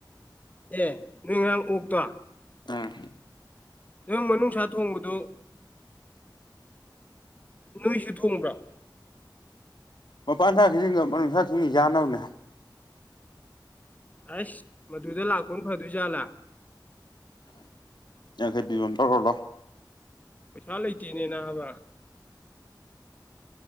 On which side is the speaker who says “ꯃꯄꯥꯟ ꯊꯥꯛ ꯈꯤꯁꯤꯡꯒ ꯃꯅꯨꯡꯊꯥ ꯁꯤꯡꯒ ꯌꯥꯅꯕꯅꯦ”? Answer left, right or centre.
Left